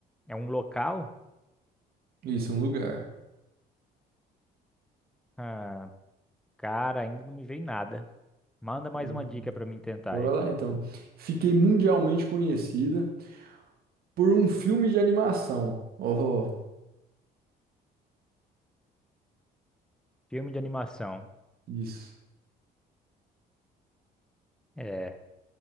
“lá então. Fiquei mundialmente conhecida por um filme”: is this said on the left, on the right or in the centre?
Right